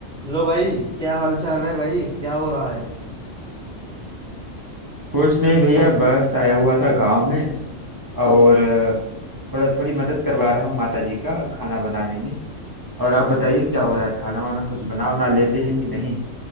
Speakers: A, in the centre; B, on the right.
A: Hello भाई क्या हाल चाल है भाई क्या हो रहा है
B: कुछ नहीं भैया बस आया हुआ था गांव में और अ, थोड़ा थोड़ी मदद करवा रहा हूँ माता जी का खाना बनाने में और
A: अरे
B: आप बताइए
A: वाह
B: क्या हो रहा है खाना वाना कुछ बना ना लेते हैं कि नहीं